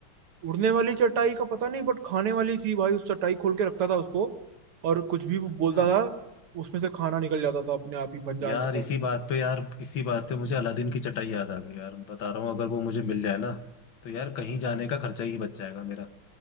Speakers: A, on the right (about 85°); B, on the left (about 65°).
A: उड़ने वाली चटाई का पता नहीं बट खाने वाली थी भाई उस चटाई खोल के रखता था उसको और कुछ भी बोलता
B: अच्छा
A: था उसमें से खाना निकल जाता था अपने आप ही बन जाता
B: यार
A: था
B: इसी
A: उसमें
B: बात पे यार इसी बात पे मुझे अलादीन की चटाई याद आ गई यार बता रहा हूँ अगर वो मुझे मिल जाए ना तो यार कहीं जाने का खर्चा ही बच जाएगा मेरा